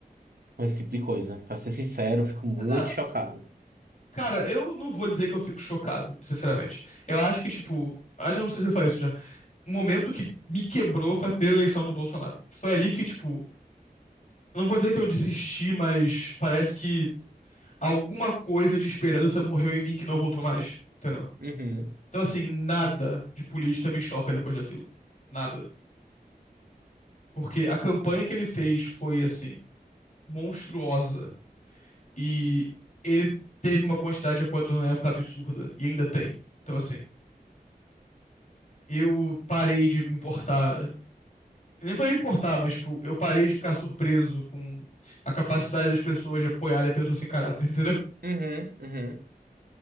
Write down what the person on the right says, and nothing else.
Com esse tipo de coisa. Pra ser sincero, eu fico muito
chocado.
Uhum.
Uhum, uhum.